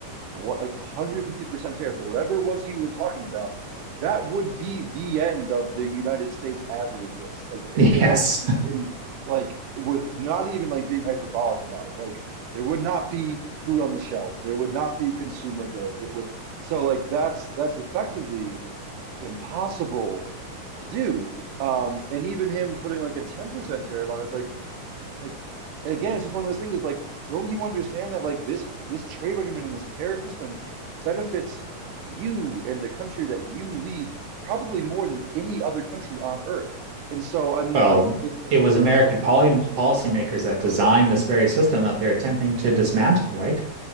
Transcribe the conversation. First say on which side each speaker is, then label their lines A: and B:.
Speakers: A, on the right; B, on the right.
A: what like 150% tariffs or whatever it was he was talking about, that would be the end of the United States as it exists. Like it,
B: Yes.
A: it like in, in like with not even like being hyperbolic about it. Like there would not be food on the shelves. There would not be consumer goods. It would so like that's that's effectively impossible to do. Um, and even him putting like a 10% tariff on is like like again, it's just one of those things is like, don't you understand that like this this trade regimen and this tariff system benefits you and the country that you lead probably more than any other country on earth. And so I mean
B: Well,
A: like it, it
B: it was American poly policymakers that designed this very system that they're attempting to dismantle, right?